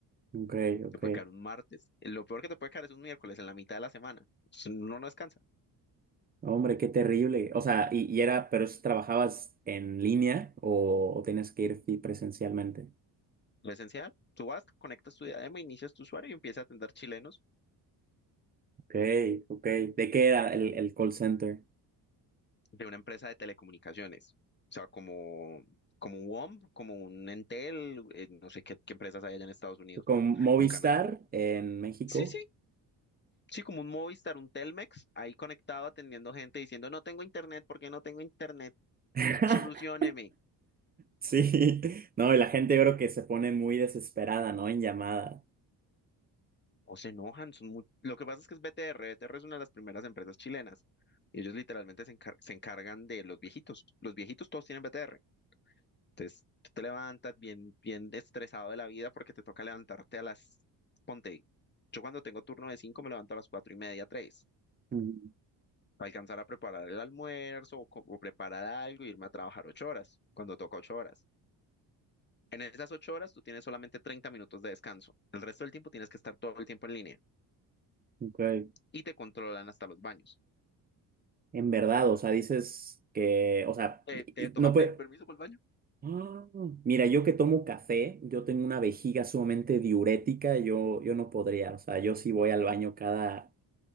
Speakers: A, on the right (about 25°); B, on the left (about 25°).
A: Ok, ok.
B: te puede quedar un martes. Eh, Lo peor que te puede quedar es un miércoles en la mitad de la semana. Entonces, Uno no descansa.
A: Hombre, qué terrible. O sea, y, y era, pero es- ¿trabajabas en línea o, o tenías que ir fi- presencialmente?
B: Lo esencial, tú vas, conectas tu diadema, inicias tu usuario y empiezas a atender chilenos
A: Ok, ok. ¿De qué era el, el call center?
B: de una empresa de telecomunicaciones. O sea, como, como un WOM, como un Entel, eh, no sé qué, qué empresas hay allá en Estados Unidos,
A: Con Movistar
B: en Canadá.
A: en México.
B: Sí, sí, Sí, como un Movistar, un Telmex, ahí conectado atendiendo gente diciendo, no tengo internet, ¿por qué no tengo internet?
A: <laughs>
B: Solucióneme.
A: Sí, no, y la gente yo creo que se pone muy desesperada, ¿no? En llamada.
B: O se enojan. son muy- Lo que pasa es que es BTR, BTR es una de las primeras empresas chilenas. Y ellos literalmente se encar- se encargan de los viejitos. Los viejitos todos tienen BTR. Entonces, tú te levantas bien, bien estresado de la vida porque te toca levantarte a las... Ponte, yo cuando tengo turno de 5 me levanto a las cuatro y media, 3,
A: Mm,
B: Alcanzar a preparar el almuerzo o, co- o preparar algo, irme a trabajar ocho horas, cuando toca ocho horas. En esas ocho horas tú tienes solamente 30 minutos de descanso. El resto del tiempo tienes que estar todo el tiempo en línea
A: ok.
B: y te controlan hasta los baños.
A: En verdad, o sea, dices que, o sea,
B: Eh, te toca
A: no
B: pedir
A: puede...
B: permiso para el baño.
A: ¡Ah! Mira, yo que tomo café, yo tengo una vejiga sumamente diurética, yo, yo no podría, o sea, yo sí voy al baño cada